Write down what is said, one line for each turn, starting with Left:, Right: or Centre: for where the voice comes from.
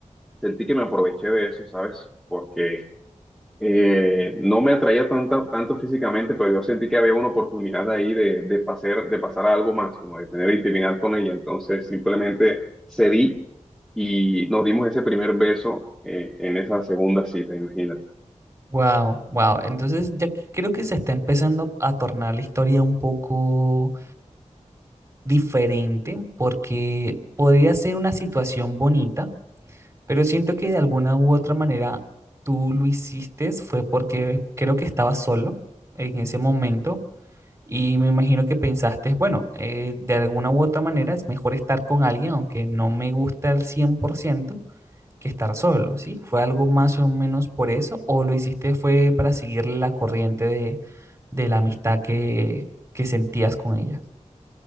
Centre: sentí que me aproveché de eso, ¿sabes? Porque eh, no me atraía tanto, tanto físicamente, pero yo sentí que había una oportunidad ahí de, de pasar, de pasar a algo más, como de tener intimidad con ella. Entonces simplemente cedí y nos dimos ese primer beso eh, en esa segunda cita, imagínate.
Right: Wow, wow. Entonces ya que- creo que se está empezando a tornar la historia un poco diferente porque podría ser una situación bonita, pero siento que de alguna u otra manera tú lo hiciste fue porque creo que estabas solo en ese momento y me imagino que pensaste, bueno, eh, de alguna u otra manera es mejor estar con alguien aunque no me gusta al cien por ciento. que estar solo, ¿sí? ¿Fue algo más o menos por eso o lo hiciste fue para seguir la corriente de, de la amistad que, que sentías con ella?